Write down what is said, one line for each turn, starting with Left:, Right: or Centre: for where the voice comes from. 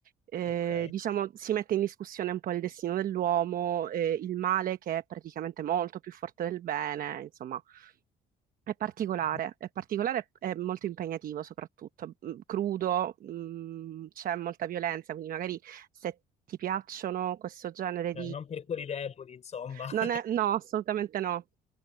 Right: Eh,
Left: ok.
Right: diciamo, si mette in discussione un po' il destino dell'uomo, eh, il male che è praticamente molto più forte del bene, insomma, è particolare,
Left: Mhm.
Right: è particolare e molto impegnativo soprattutto, mm, crudo, mm, c'è molta violenza, quindi magari se ti piacciono questo genere
Left: Eh, Non per cuori deboli, insomma.
Right: non
Left: <laughs>
Right: è, no, assolutamente no.